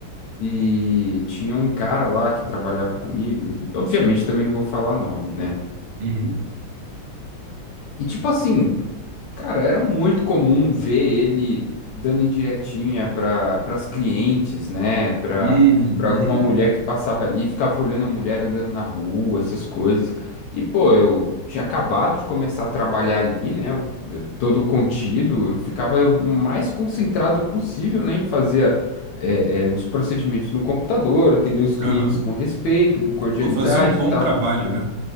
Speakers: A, on the left; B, on the right.
A: e tinha um cara lá que trabalhava comigo. E, obviamente, também não vou falar nome, né?
B: uhum,
A: E tipo assim. Cara, era muito comum ver ele dando indiretinha para as clientes, né? Para
B: uhum,
A: para
B: uhum,
A: alguma mulher que passava ali, ficava olhando a mulher andando na rua, essas coisas. E, pô, eu tinha acabado de começar a trabalhar ali, né? Eu- eu todo contido, eu ficava o mais concentrado possível, né? Em fazer é, é, os procedimentos no computador, atender os clientes
B: aham.
A: com respeito, com cordialidade
B: Pô, fazer um bom
A: e tal.
B: trabalho, né?